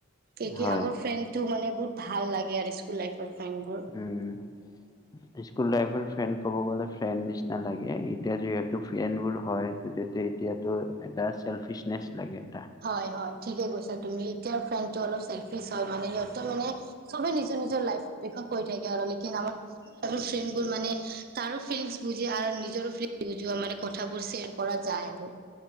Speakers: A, on the right; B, on the left.
A: এই কি
B: হয়
A: আগৰ ফ্ৰেণ্ডতটো মানে বহুত ভাল লাগে আৰু স্কুল লাইফৰ ফ্ৰেণ্ড বোৰ।
B: উম। স্কুল লাইফৰ ফ্ৰেণ্ড ক'ব গলে, ফ্ৰেণ্ড নিচিনা লাগে এতিয়া যিহেতু ফ্ৰেণ্ড বোৰ হয়। <unintelligible> এতিয়াতো এটা চেল্ফিচনেচ লাগে এটা।
A: হয় হয়, ঠিকে কৈছা তুমি, এতিয়া ফ্ৰেণ্ড টো অলপ চেল্ফিচ হয়, মানে সিহত তৰ মানে, চবে নিজৰ নিজৰ লাইফৰ বিষয়ে কৈ থাকে আৰু লেকিন আমাৰ আৰু ফ্ৰেণ্ড বোৰ মানে, তাৰো ফিলিংছ বুজি নিজৰো ফ্লি বুজোৱা মানে কথা বোৰ চেৰ কৰা যায় আৰু।